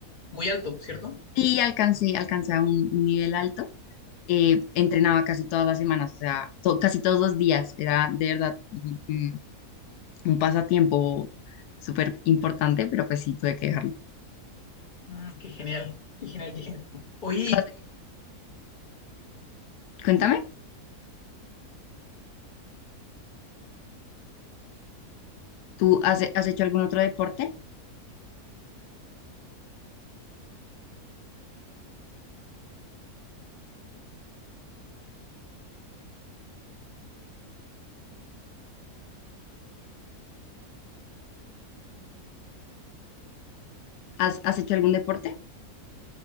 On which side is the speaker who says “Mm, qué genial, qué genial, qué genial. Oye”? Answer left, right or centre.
Left